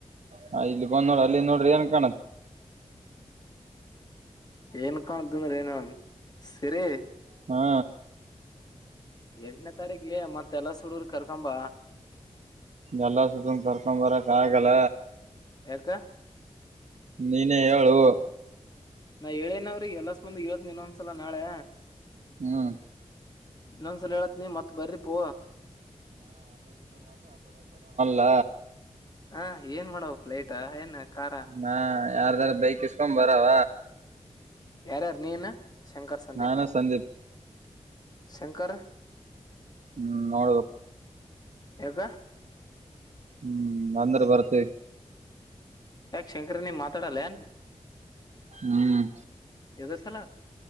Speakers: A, on the right; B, on the left.
A: ಹ ಇಲ್ಲಿ ಬಂದ ನೋಡ್ರ ಅಲ್ಲಿ ನೋಡ್ರಿ ಏನ್ ಕಾಣತ್
B: ಏನ್ ಕಾಣ್ದನ್್ರನ ಸಿರಿ
A: ಹಾ
B: ಎಂಟನೇ ತಾರೀಕ್ಲ ಮತ್ತ ಎಲ್ಲ ಹುಡುಗರ್ ಕರ್ಕಂಬ
A: ಎಲ್ಲ ಸುತ್ತ್ ಕರ್ಕೊ್ ಬರಕ್ಕೆ ಆಗಲ್ಲ
B: ಯಕ್ಕ
A: ನೀನೇ ಹೇಳು
B: ನಾ ಹೇಳೇನವ್ರಿ ಎಲ್ಲ ಸ್ ಬಂದ ಇತ್ ನೀನ್ೊಂದ್ಸಲ ನಾಳೆ
A: ಹ್ಮ್
B: ಇೊಂದ್ಸಲ ಹೇಳತ್ ನೀ ಮತ್ ಬರ್ರಿ ಪೂ
A: ಲ
B: ಹಾ ಏನ್ ಮಾಡವ ಫ್ಲೈಟ್ ಏನ್ ಕಾರ
A: ಹ ಯಾರ್ದಾರ ಬೈಕ್ ಇಸ್ಕೊಂಡ್ ಬರಾವ
B: ಯಾರಾರ ನೀನು ಶಂಕರ್ ಸಂದೀಪ
A: ನಾನು ಸಂದೀಪ್
B: ಶಂಕರ್
A: ಹ್ಮ್ ನೋಡ್ಬೇಕು
B: ಯಾಕ
A: ಹ್ಮ್ ಅಂದ್ರೆ ಬರ್ತ
B: ಯಾಕ್ ಶಂಕ್ರನೇನೋ ಮಾತಾಡಲ್ವೇನೋ
A: ಹ್ಮ್
B: ಯ್ದ ಸಲ